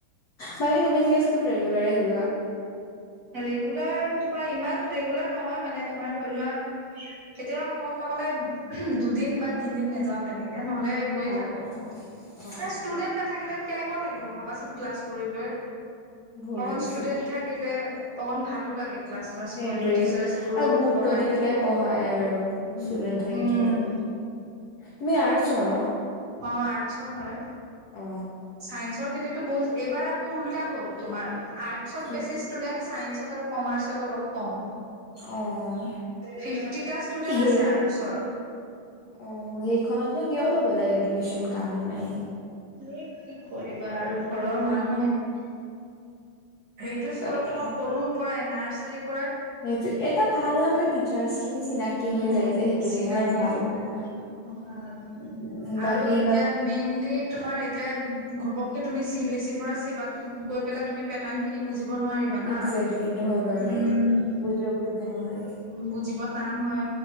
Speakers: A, on the left; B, on the right.
A: বাকী তুমি চাগে স্কুল ৰেগুলাৰে যোৱা।
B: ৰেগুলাৰ তোমাৰ ইমান ৰেগুলাৰ নহয়, মানে তোমাৰ ধৰি লোৱা, কেতিয়াবা মন নগলে <unintelligible> দুদিন বা তিনদিন নাযাওঁ তেনেকে। এতিয়া নহ'লে গৈ
A: অ
B: থাকো,
A: অ অ
B: ক্লাছ ষ্টুডেণ্ট নাথাকিলে কেনেকুৱা লাগিব ভাৱাচোন ক্লাছ কৰিবলৈ।
A: বুজিছো
B: অকল ষ্টুডেণ্ট থাকিলে। অকণ ভালো লাগে। ক্লাছ- শ্লাছ
A: সেইটোৱে
B: কৰিলও, টিৰ্চাছবোৰো
A: আৰু গুৰুত্ব
B: পঢ়াই
A: দি
B: থাকে।
A: পেলাই পঢ়াই আৰু
B: উম!
A: ষ্টুডেন্ট থাকিলে তুমি আৰ্টছৰ ন?
B: অ', আৰ্টছৰ হয়,
A: অ
B: চাইন্সৰখিনিতো বহুত এইবাৰ আকৌ উল্টা হ'ল তোমাৰ। আৰ্টচত
A: কি
B: বেছি ষ্টুডেণ্ট। ছাইন্সত আৰু কমাৰ্চত অলপ কম।
A: অ',
B: ফিফটিটা ষ্টুডেন্ট
A: হেই
B: আছে আৰ্টছৰ
A: অ', সেইখনতনো কিয় ল'ব লাগে? এডমিচন কাম নাই।
B: <unintelligible> কি কৰি বা আৰু ঘৰৰ মানুহ হেইটো স্কুলত
A: তাতকে
B: তোমাৰ সৰুৰ পৰাই নাৰ্চ <inaudible>
A: সেইটো এটা ভাল হয়, মানে টিচাৰ্চখিনি চিনাকি
B: উম
A: হৈ যায় যে, সেইটোয়ে
B: চিনাকি
A: আৰু ভাল
B: হৈ
A: এটা
B: যায় ভাল
A: উম, বাকী
B: আৰু
A: ইমান
B: এতিয়া মেইনলি তোমাৰ এতিয়া ঘপককে তুমি চি বি এচিৰ পৰা ছেবাতো গৈ পেলাই তুমি পেক <unintelligible> খিনি বুজ বুজিব নোৱাৰিবা না,
A: একজেক্টলি সেইটো হয় বাৰু
B: উম,
A: দেই বুজিব পুতুককে নোৱাৰি
B: বুজিব টান হয়,